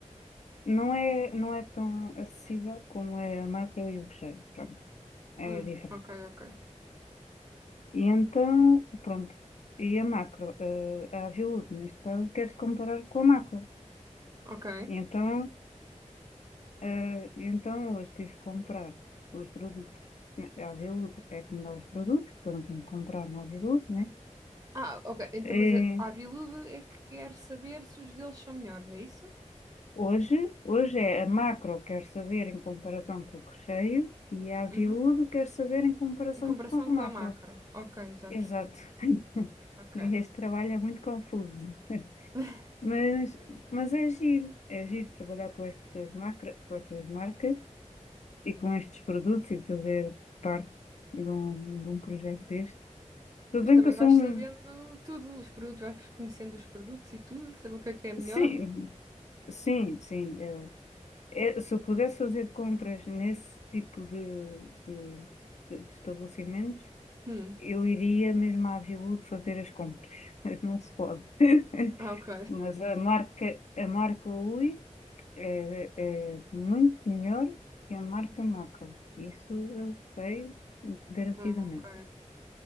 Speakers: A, on the left; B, on the right.
A: Não é, não é tão acessível como é a macro e o recheio, pronto, é
B: Hum.
A: diferente.
B: Ok, ok.
A: E então, pronto, e a macro, eh, a Aviú, neste caso, quer-se comparar com a macro.
B: Ok.
A: E então, eh, e então eu estive a comprar os produtos. né, A Aviú é como dá os produtos, portanto tenho que comprar na Aviú, né?
B: Ah, ok. Então,
A: Eh,
B: mas a a Aviludo é que quer saber se os deles são melhores, é isso?
A: hoje, hoje é a macro, quer saber em comparação com o recheio, e a viúdo
B: Uhum.
A: quer saber em comparação
B: Em comparação
A: com o macro.
B: com a macro. Ok, já
A: Exato.
B: percebi.
A: <laughs>
B: Ok.
A: E Este trabalho é muito confuso, <laughs>
B: <laughs>
A: mas, mas é giro, é giro trabalhar com estas, macro, com estas marcas e com estes produtos e fazer parte de um, de um projeto deste. Tudo
B: Pois
A: bem
B: também
A: que eu sou
B: vais
A: um.
B: sabendo tudo, os produtos, vais conhecendo os produtos e tudo, saber o que é que é melhor.
A: Sim, sim, sim. eh, Eh, Se eu pudesse fazer compras nesse tipo de, de- de estabelecimentos,
B: Hum,
A: eu iria mesmo à Aviaúd fazer as compras, <laughs> mas não se pode. <laughs>
B: ah, ok.
A: Mas a marca, a marca Ui é, é muito melhor que a marca Macro. Isso eu sei garantidamente.
B: Hum, ok.